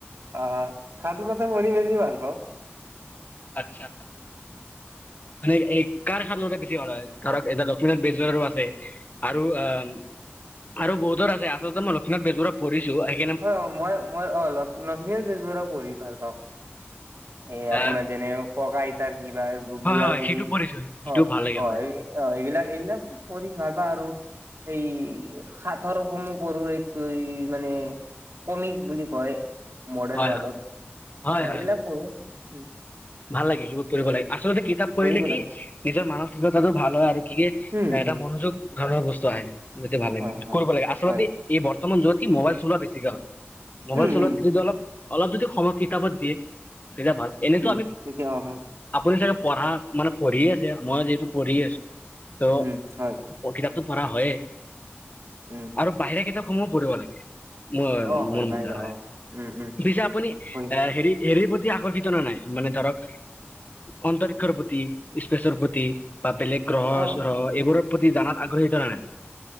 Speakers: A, on the right; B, on the left.
A: অহ' সাধু কথা কৰি বেছি ভাল পাওঁ।
B: আচ্ছা মানে, এই কাৰ সাধু কথা বেছি ভাল হয়? ধৰক এটা লক্ষ্মীনাথ বেজবৰুৱাৰো আছে। আৰু আহ আৰু বহুতৰ আছে আচলতে মই লক্ষ্মীনাথ বেজবৰুৱাৰ পঢ়িছোঁ।
A: হয় মই মই অহ' লক্ষী লক্ষ্মীনাথ বেজবৰুৱা পঢ়ি ভাল পাওঁ। এ আপোনাৰ
B: আহ
A: যেনে ককা-আইতাৰ কি বা
B: হয়
A: বুঢ়া
B: হয়
A: বুঢ়ী
B: সিটো পঢ়িছো সিটো
A: অহ'
B: ভাল লাগে
A: অহ'
B: হয়
A: এই
B: হয়
A: অহ' এইবিলাক এইবিলাক পঢ়ি ভাল পাওঁ আৰু এই সাথৰসমুহ পঢ়োঁ এইটো এই মানে কমিক বুলি কয় মডাৰ্ণ
B: হয়
A: ৱাৰ্ডত
B: হয়
A: অহ'
B: হয় হয়
A: এইবিলাক পঢ়োঁ।
B: ভাল লাগি। <unintelligible> লাগে। আচলতে কিতাপ পঢ়িলে
A: পঢ়িব
B: কি
A: লাগে
B: নিজৰ মানসিকতাটো ভাল হয়। আৰু <unintelligible>
A: উম
B: এটা
A: উম
B: মনোযোগ ঘৰৰ বস্তু আহে যেতিয়া ভাল
A: হয় হয়
B: কৰিব লাগে আচলতে
A: হয়
B: এই বৰ্তমান যুগত কি মোবাইল চলোৱা বেছিকে হয়। মোবাইল
A: উম
B: চলোৱাত
A: উম
B: যদি অলপ অলপ যদি সময় কিতাপত দিয়ে সেইয়া ভাল। এনেতো
A: উম'
B: আমি
A: তেতিয়া অহ' ভাল।
B: আপুনি চাগে পঢ়া মানে পঢ়িয়ে আছে মই, যিহেতু পঢ়ি আছো ত
A: উম হয়
B: <unintelligible> পঢ়া হয়েই
A: উম
B: আৰু বাহিৰা কিতাপসমূহো পঢ়িব লাগে। মই
A: অ
B: মোৰ মতে
A: বাহিৰা
B: হয়
A: অ উম উম
B: পিছে আপুনি
A: কৰিম
B: এ হেৰি হেৰিৰ প্ৰতি আকৰ্ষিত ন' নে নাই মানে ধৰক এ অন্তৰিষৰ প্ৰতি স্পেচৰ প্ৰতি বা বেলেগ গ্ৰহ
A: অ অ
B: চ্ৰহৰ এইবোৰৰ প্ৰতি জানাত আগ্ৰহী হৈছা নে নাই?